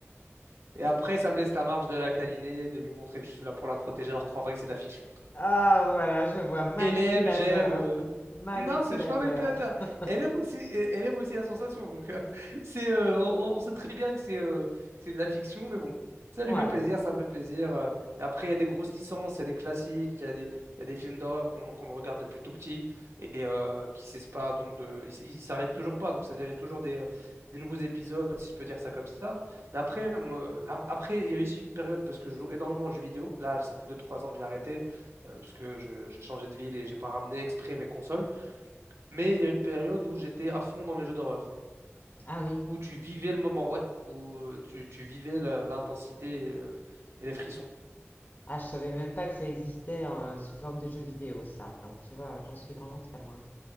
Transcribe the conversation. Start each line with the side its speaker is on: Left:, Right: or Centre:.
Right: Et après, ça me laisse la marge de la câliner, de lui montrer que je suis là pour la protéger, alors qu'en vrai, c'est de la fiction.
Left: Ah voilà, je vois, manipulateur,
Right: LM, j'aime. euh,
Left: manipulateur.
Right: Non, c'est- je suis pas manipulateur.
Left: <laughs>
Right: Elle aime aussi, elle elle aime aussi la sensation. Donc, euh, <laughs> c'est, euh, on, on sait très bien que c'est euh, c'est de la fiction, mais bon, ça lui
Left: Ouais.
Right: fait plaisir, ça me fait plaisir. euh. Et après, il y a des grosses licences, il y a des classiques, il y a des, il y a des films d'horreur qu'on qu'on regarde depuis tout petit et euh, qui cessent pas. Donc, de, ils s- ils s'arrêtent toujours pas. Donc, c'est-à-dire, il y a toujours des, euh, des nouveaux épisodes, si je peux dire ça comme ça. Mais après, moi, a- après, il y a eu aussi une période parce que je joue énormément aux jeux vidéo. Là, ça fait deux trois ans que j'ai arrêté euh, puisque je- j'ai changé de ville et j'ai pas ramené exprès mes consoles. Mais il y a une période où j'étais à fond dans les jeux d'horreur,
Left: Ah oui.
Right: où tu vivais le moment, ouais, où euh, tu, tu vivais la- l'intensité euh, et les frissons.
Left: Ah, je savais même pas que ça existait euh, sous forme de jeu vidéo, ça. Donc, tu vois, j'en suis vraiment très loin.